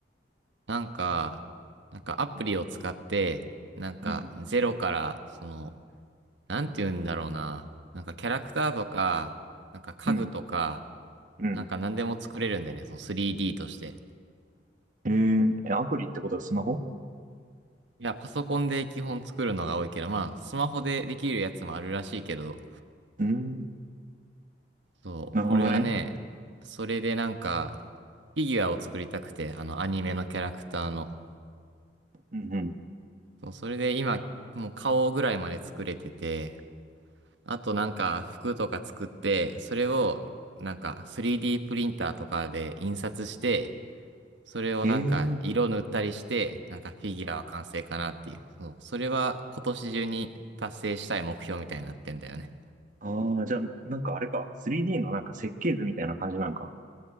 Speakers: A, on the right; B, on the right.
A: なんか、なんかアプリを使って、なんかゼロから、
B: うん、
A: その、なんて言うんだろうな。なんかキャラクターとか、なんか家具とか、
B: うん、うん。
A: なんか何でも作れるんだよね。その 3D として。
B: えー、え、アプリってことはスマホ
A: いや、パソコンで基本作るのが多いけど、まあ、スマホでできるやつもあるらしいけど、
B: うん、
A: そう、
B: なるほどね。
A: 俺はね、それでなんか、フィギュアを作りたくて、あの、アニメのキャラクターの。
B: うん、うん。
A: そう、それで今、もう顔ぐらいまで作れてて、あとなんか、服とか作って、それを、なんか、3D プリンターとかで印刷して、それをなんか、
B: えー、
A: 色塗ったりして、なんか、フィギュアは完成かなっていう。そう、それは今年中に達成したい目標みたいになってんだよね。
B: ああ、じゃあなんかあれか、3D のなんか設計図みたいな感じなんか。